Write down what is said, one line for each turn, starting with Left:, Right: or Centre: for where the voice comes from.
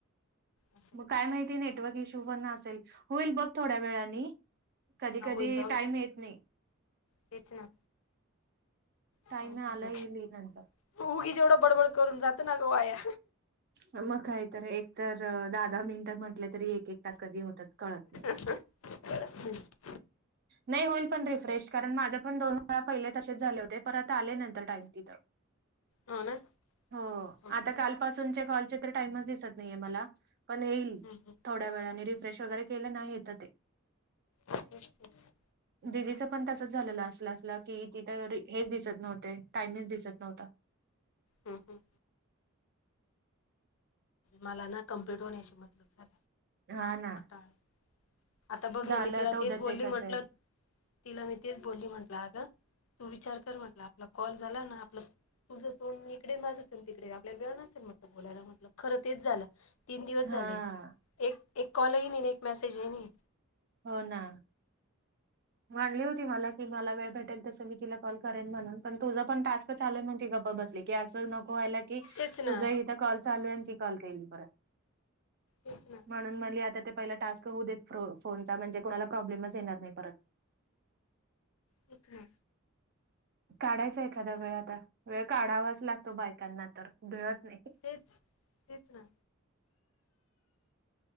Left: असं
Right: मग काय माहिती नेटवर्क इश्यू पण असेल होईल बघ थोड्या वेळानी कधी
Left: हा
Right: कधी
Left: होईल जाऊ
Right: टाईम
Left: दे
Right: येत नाही
Left: तेच ना
Right: टाईम
Left: हो
Right: आला येईल नंतर.
Left: उगीच एवढं बडबड करून जातं ना ग वाया
Right: मग काय तर एक तर दहा दहा मिनिट म्हटले तरी एक एक तास कधी होतात कळत नाही
Left: अ कळतं नाही
Right: नाही होईल पण रिफ्रेश कारण माझ पण दोन वेळा पहिले तसेच झाले होते परत आले नंतर टाईम तिथं
Left: हो ना
Right: हो
Left: बघू
Right: आता
Left: चल
Right: काल पासूनचे कॉलचे तर टाइमच दिसत नाहीये मला पण येईल
Left: हम्म हम्म
Right: थोड्या वेळाने री फ्रेश वगैरे केलना येतं ते
Left: बस बस
Right: दिदिचं पण तसंच झालेल असला असला की तिथं हेच दिसत नव्हते टाइमच दिसत नव्हता
Left: हू हू मला ना कम्प्लीट होण्याशी मतलब झालाय
Right: हा ना
Left: टाळ आता बघ ना
Right: झालं
Left: मी
Right: आता
Left: तिला
Right: उद्याच
Left: तेच बोलली
Right: एकाच
Left: म्हंटलं
Right: आहे
Left: तिला मी तेच बोलली म्हंटलं अगं तू विचार कर म्हटलं आपला कॉल झाला ना आपलं तुझं तोड इकडे माझं तोंड तिकडे आपल्याला वेळ नसेल म्हटलं बोलायला म्हटलं खरं तेच झालं तीन दिवस
Right: हा
Left: झाले एक एक कॉल हि नाही एक मेसेज हि नाही
Right: हो ना म्हणली होती मला, की मला वेळ भेटेल, तसं मी तिला कॉल करेन, म्हणून पण, तुझं पण टास्क चालंल, म्हणून ती गप्प बसली, की असं नको व्हायला, की
Left: तेच ना
Right: तुझं, इथं कॉल चालू आहे अन ती कॉल करील परत
Left: तेच ना
Right: म्हणून म्हणली, आता ते पहिला, टास्क होऊ देत फोनचा, म्हणजे कोणाला प्रॉब्लेमच येणार नाही परत.
Left: तेच ना
Right: काढायच एखादा वेळ आता, वेळ काढावाच लागतो बायकांना तर, वेळत नाही
Left: तेच- तेच ना